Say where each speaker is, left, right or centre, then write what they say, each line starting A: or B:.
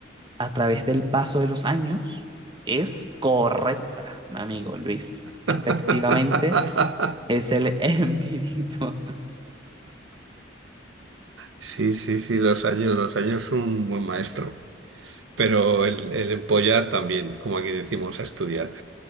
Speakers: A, on the right; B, on the right.
A: a través del paso de los años es correcta, mi amigo Luis.
B: <laughs>
A: Efectivamente, es el <laughs> empirismo.
B: Sí, sí, sí, los años, los años son un buen maestro, pero el, el empollar también, como aquí decimos, a estudiar.